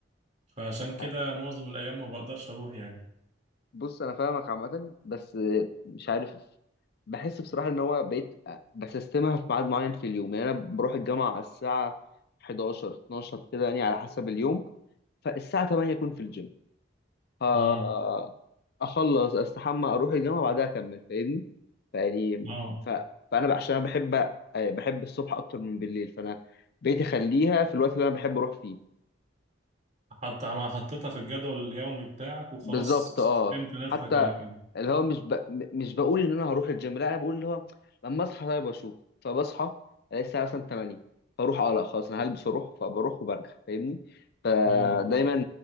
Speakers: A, on the right; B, on the left.
A: فعشان كده
B: أنا-
A: معظم الأيام ما بقدرش أروح يعني
B: بص انا فاهمك عامة بس آه، مش عارف بحس بصراحة ان هو بقيت آه، بسستمها في ميعاد معين في اليوم يعني انا بروح الجامعة على الساعة 11 12 كده يعني على حسب اليوم فالساعة 8 اكون في الجيم آه،
A: امم
B: اخلص استحمى اروح الجامعه بعدها اكمل فاهمني فيعني
A: اه
B: ف... فانا عشان انا بحب آه، بحب الصبح اكتر من بالليل فانا بقيت اخليها في الوقت اللي انا بحب اروح فيه
A: حط عم- حطيتها في الجدول اليومي بتاعك وخلاص
B: بالظبط
A: استسلمت
B: اه
A: نفسك
B: حتى
A: على كده
B: اللي هو مش ب... م- مش بقول ان انا هروح الجيم لا انا بقول اللي هو لما اصحى طيب اشوف فبصحى الاقي الساعه مثلا 8 فاروح اه لا خلاص انا هلبس واروح فبروح وبرجع فاهمني ايوه
A: امم
B: فدايما